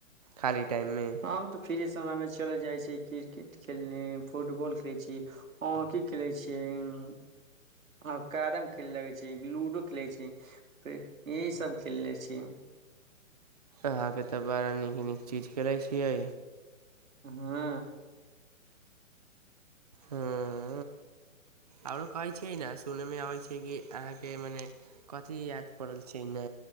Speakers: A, on the right; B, on the right.
A: खाली टाइममे
B: हम तऽ फ्री समयमे चलि जाइ छी क्रिकेट खेलने फुटबॉल खेलै छी हॉकी खेलै छियै ऊं ऊं आ कैरम खेले लगै छियै लूडो खेलै छियै फेर यही सभ खेलले छियै हम
A: अहाँके तऽ बड़ा नीक-नीक चीज खेलै छियै
B: हूँ
A: हूँ आओरो कहै छियै ने सुनैमे अबै छै कि अहाँके मने कथि याद पड़ल छै ने